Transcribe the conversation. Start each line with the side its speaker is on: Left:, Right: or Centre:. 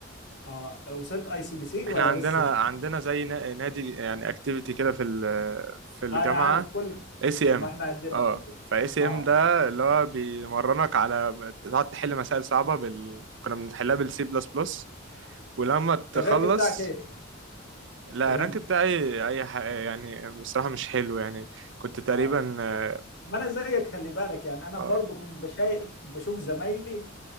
Left: اه وصلت اي سي بي سي
Right: احنا
Left: ولا
Right: عندنا
Left: لسه
Right: عندنا
Left: <laughs>
Right: زي نا- نادي يعني اكتيفيتي كده في ال- في الجامعه
Left: انا عارف كل
Right: اي سي
Left: ما
Right: ام
Left: احنا عندنا
Right: اه
Left: برضو
Right: فاي سي
Left: اه
Right: ام ده اللي هو بيمرنك على تقعد تحل مسائل صعبه بال... كنا بنحلها بالسي بلس بلس ولما تخلص
Left: الرانك بتاعك ايه
Right: لا
Left: الرانك
Right: الرانك بتاعي اي ح... يعني بصراحه مش حلو يعني كنت تقريبا
Left: اه آه.
Right: اه,
Left: ما انا زيك خلي بالك يعني انا
Right: آه
Left: برضو كنت بشايف بشوف زمايلي